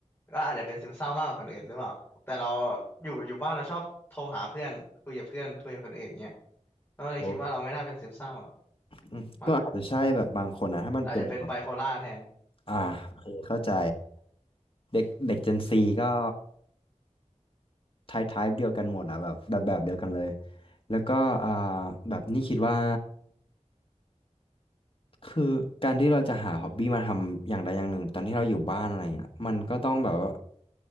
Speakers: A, on the left (about 15°); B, on the left (about 45°).
A: ก็อาจจะเป็นซึมเศร้ามากกว่าคนอื่นหรือเปล่าแต่เราอยู่อยู่บ้านเราชอบโทรหาเพื่อนคุยกับเพื่อนคุยกับคนอื่นเงี้ยก็เลยคิดว่าเราไม่น่าเป็นซึมเศร้าอะ
B: โอ้อืมก็อาจจะใช่แบบบางคนนะถ้ามันเป็นแบบ
A: มั้งแต่อาจจะเป็นไบโพล่าแทน
B: อ่าโอเคเข้าใจ เด็กเด็กเจนซีก็ไทป์ไทป์เดียวกันหมดอ่ะแบบแบบแบบเดียวกันเลย แล้วก็อ่าแบบนี่คิดว่า คือการที่เราจะหาฮอบบี้มาทำอย่างใดอย่างหนึ่งตอนที่เราอยู่บ้านอะไรเงี้ยมันก็ต้องแบบว่า